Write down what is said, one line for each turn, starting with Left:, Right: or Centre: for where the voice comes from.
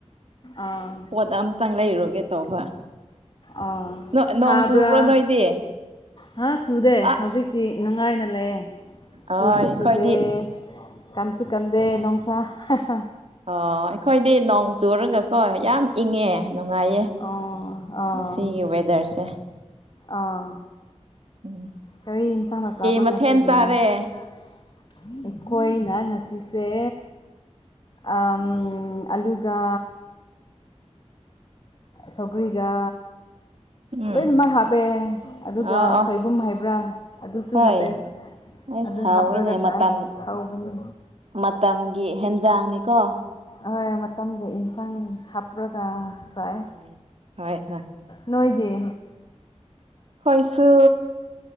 Left: ꯑꯥ
Right: ꯄꯣꯠ ꯑꯝ ꯇꯪ ꯂꯩꯔꯨꯒꯦ ꯇꯧꯕ
Left: ꯑꯥ
Right: ꯅꯣꯏ ꯅꯣꯡ
Left: ꯁꯥꯕ꯭ꯔꯥ
Right: ꯆꯨꯕ꯭ꯔꯣ ꯅꯣꯏꯗꯤ
Left: ꯍꯥ ꯆꯨꯗꯦ
Right: ꯑ
Left: ꯍꯧꯖꯤꯛꯇꯤ ꯅꯨꯡꯉꯥꯏꯅ ꯂꯩꯌꯦ
Right: ꯍꯣꯏ
Left: ꯆꯨꯁꯨ
Right: ꯑꯩꯈꯣꯏꯗꯤ
Left: ꯆꯨꯗꯦ ꯀꯟꯁꯨ ꯀꯟꯗꯦ ꯅꯨꯡꯁꯥ ꯍꯥꯍꯥ
Right: ꯑꯣ ꯑꯩꯈꯣꯏꯗꯤ ꯅꯣꯡ ꯆꯨꯔꯒꯀꯣ ꯌꯥꯝ ꯏꯪꯉꯦ ꯅꯨꯡꯉꯥꯏꯌꯦ
Left: ꯑꯣ ꯑꯣ
Right: ꯉꯁꯤꯒꯤ ꯋꯦꯗ꯭ꯔꯁꯦ
Left: ꯑꯥ
Right: ꯎꯝ
Left: ꯀꯔꯤ ꯏꯟꯁꯥꯡꯅ ꯆꯥꯕ
Right: ꯃꯊꯦꯜ
Left: ꯉꯁꯤꯗꯤ
Right: ꯆꯥꯔꯦ
Left: ꯀꯔꯤ ꯃꯊꯦꯜ ꯆꯥꯔꯦ ꯑꯩꯈꯣꯏꯅ ꯉꯁꯤꯁꯦ ꯑꯝ ꯑꯂꯨꯒ ꯁꯧꯒ꯭ꯔꯤꯒ
Right: ꯎꯝ
Left: ꯂꯣꯏꯅꯃꯛ ꯍꯥꯞꯄꯦ ꯑꯗꯨꯒ
Right: ꯑ ꯑ
Left: ꯁꯣꯏꯕꯨꯝ ꯍꯥꯏꯕ꯭ꯔꯥ ꯑꯗꯨꯁꯨ
Right: ꯍꯣꯏ
Left: ꯍꯥꯞꯄꯦ
Right: ꯑꯩ
Left: ꯑꯗꯨ
Right: ꯁꯥꯎꯋꯦꯅꯦ
Left: ꯍꯥꯞꯄꯔꯒ ꯆꯥꯏ
Right: ꯃꯇꯝ
Left: ꯍꯥꯎꯕꯅꯤ
Right: ꯃꯇꯝꯒꯤ ꯍꯦꯟꯖꯥꯡꯅꯤꯀꯣ
Left: ꯍꯣꯏ ꯃꯇꯝꯒꯤ ꯏꯟꯁꯥꯡ ꯍꯥꯞꯔꯥꯒ ꯆꯥꯏ
Right: ꯎꯝ ꯍꯣꯏ ꯍꯣꯏ
Left: ꯅꯣꯏꯗꯤ
Right: ꯈꯣꯏꯁꯨ